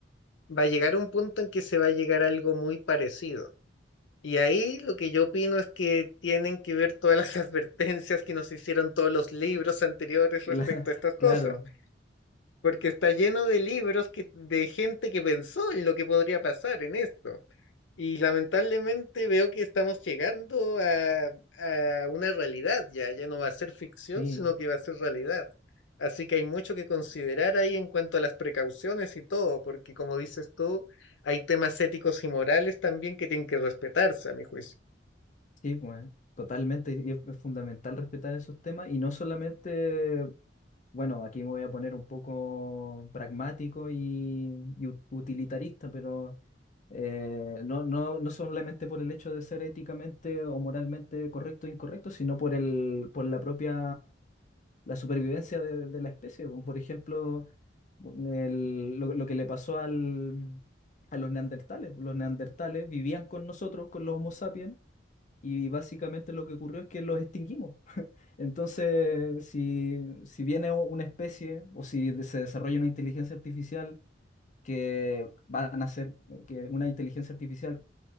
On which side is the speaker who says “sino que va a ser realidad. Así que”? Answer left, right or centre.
Left